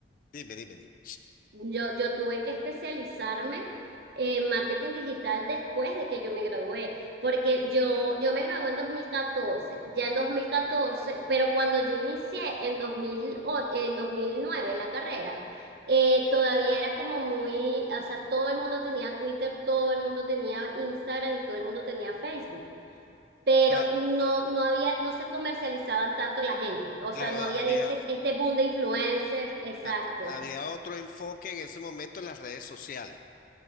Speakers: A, on the left (about 45°); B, on the right (about 60°).
A: dime, dime, dime.
B: Yo, yo tuve que especializarme en marketing digital después de que yo me gradué, porque yo, yo me gradué en dos mil catorce ya en dos mil catorce pero cuando yo inicié en 2000, o- en 2009 la carrera, eh, todavía era como muy, o sea, todo el mundo tenía Twitter, todo el mundo tenía Instagram y todo el mundo tenía Facebook. pero
A: Cla-
B: no, no había, no se comercializaban tanto la gente, o
A: Claro,
B: sea, no había
A: había,
B: este, este boom de influencers, exacto.
A: a- había otro enfoque en ese momento en las redes sociales.